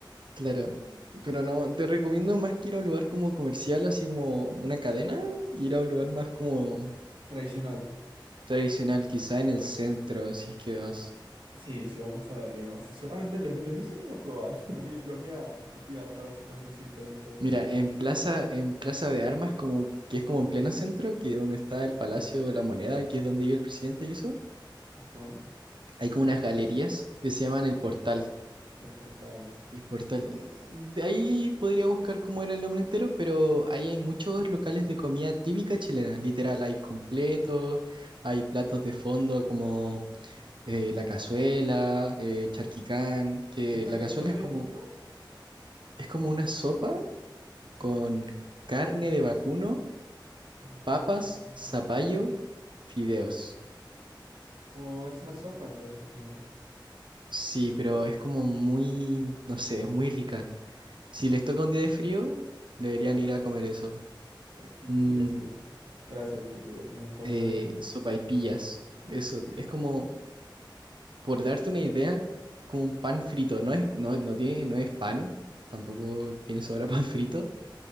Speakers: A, on the right; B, on the right.
A: Claro, pero no, te recomiendo más que ir a un lugar como comercial, así como una cadena, ir a un lugar más como
B: Tradicional.
A: tradicional, quizá en el centro, si es que vas.
B: Sí, sí, vamos a ver, y vamos a- seguramente les, los hice para probar, <laughs> los voy a, los voy a motivar para ver qué tanto es diferencia el hot
A: Mira,
B: dog
A: en
B: acá.
A: Plaza, en Plaza de Armas, como que es como en pleno centro, que es donde está el Palacio de la Moneda, que es donde vive el presidente y eso,
B: Ajá,
A: hay como unas galerías que se llaman el Portal.
B: el portal.
A: El Portal. mm, De ahí podría buscar cómo era el nombre entero, pero ahí hay muchos locales de comida típica chilena, literal, hay completos, hay platos de fondo como eh, la cazuela, eh, charquicán, que
B: ¿Qué es la
A: la
B: cazuela,
A: cazuela es
B: disculpa?
A: como, es como una sopa con
B: Ajá.
A: carne de vacuno
B: Uh, qué
A: Papas,
B: rico con carne.
A: zapallo, fideos.
B: Oh, es una sopa entonces, ¿o no?
A: Sí, pero es como muy, no sé, es muy rica. Si les toca un día de frío, deberían ir a comer eso.
B: Aquí,
A: Mm,
B: sigue, sigue. Gracias, sí, lo voy a tener en cuenta.
A: eh, sopaipillas. Eso, es como, por darte una idea, como un pan frito. No es, no, no tiene, no es pan, tampoco tiene sabor a pan frito.